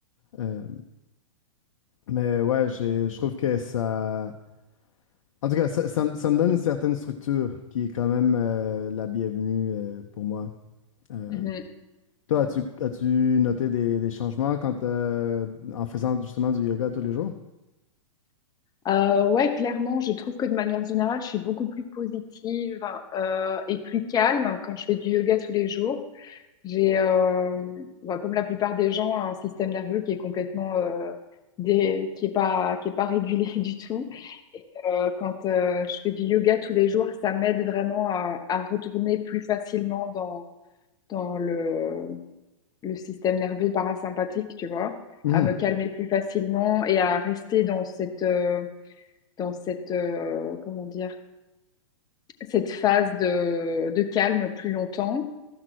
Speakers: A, on the left; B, on the left.
A: Euh, mais ouais, j'ai- je trouve que ça... En tout cas, ça, ça me ça me donne une certaine structure qui est quand même euh, la bienvenue euh, pour moi. Euh,
B: mhm.
A: toi, as-tu, as-tu noté des, des changements quand, euh, en faisant justement du yoga tous les jours?
B: Euh, ouais, clairement, je trouve que de manière générale, je suis beaucoup plus positive euh, et plus calme quand je fais du yoga tous les jours. J'ai, euh, bah, comme la plupart des gens, un système nerveux qui est complètement, euh, dé- qui est pas, qui est pas régulé <laughs> du tout. Et, euh, quand euh, je fais du yoga tous les jours, ça m'aide vraiment à, à retourner plus facilement dans, dans le, le système nerveux parasympathique, tu vois,
A: Mhm.
B: à me calmer plus facilement et à rester dans cette, euh, dans cette, euh, comment dire, cette phase de, de calme plus longtemps.